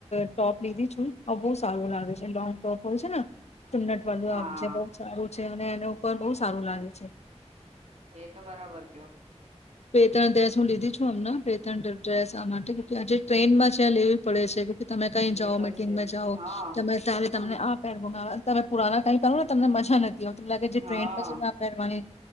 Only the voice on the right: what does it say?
હા
એ તો બરાબર કયો
એ તો
છે જ
હા
હમ
હા